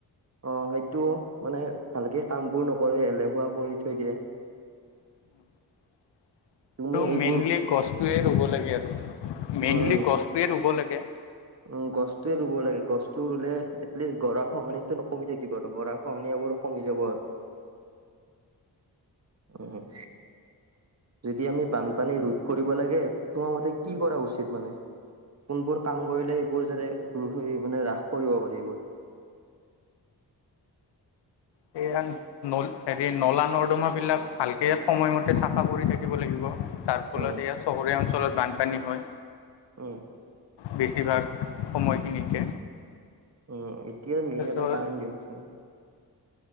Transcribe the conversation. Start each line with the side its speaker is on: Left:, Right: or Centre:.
Right: অ সেইটো মানে ভালকে কামবোৰ নকৰে এলেহুৱা কৰি থৈ দিয়ে।
Left: <unintelligible>
Right: তুমি
Left: আৰু
Right: এইবোৰ
Left: মেইনলি গছটোৱে ৰুব লাগে আৰু,
Right: উম,
Left: মেইনলি গছটোৱে ৰুব লাগে।
Right: উম গছটোৱে ৰুব লাগে। গছটো ৰুলে এটলিষ্ট গৰা খহনিয়াটো কমি থাকিব আৰু গৰা খহনীয়া বোৰো কমি যাব আৰু। উম। যদি আমি বানপানী ৰোধ কৰিব লাগে তোমাৰ মতে কি কৰা উচিত মানে? কোনবোৰ কাম কৰিলে এইবোৰ যাতে <unintelligible> মানে হ্ৰাস কৰিব পাৰি এইবোৰ।
Left: সেয়া নল তাকে নলা নৰ্দমাবিলাক ভালকে সময়মতে চাফা কৰি থাকিব লাগিব। যাৰ ফলত
Right: উম,
Left: এয়া বছৰীয়া অঞ্চলত বানপানী হয়।
Right: উম।
Left: বেছিভাগ সময়খিনিতে।
Right: উম, এতিয়া মেইন
Left: তাৰপিছত
Right: এটা কাৰণ দিয়কচোন।